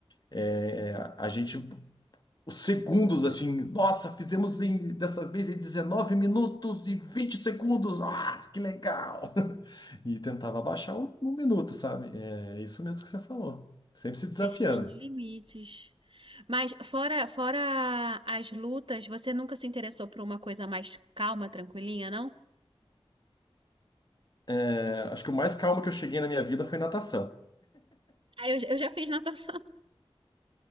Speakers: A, on the left; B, on the right.
A: É, é, a gente, os segundos, assim, nossa, fizemos em, dessa vez em 19 minutos e 20 segundos, ah, que legal! <laughs> E tentava abaixar o- um minuto, sabe? É isso mesmo que você falou, sempre se desafiando.
B: Testando limites. Mas fora, fora as lutas, você nunca se interessou por uma coisa mais calma, tranquilinha, não?
A: É, acho que o mais calmo que eu cheguei na minha vida foi natação.
B: Ah, eu, eu já fiz natação.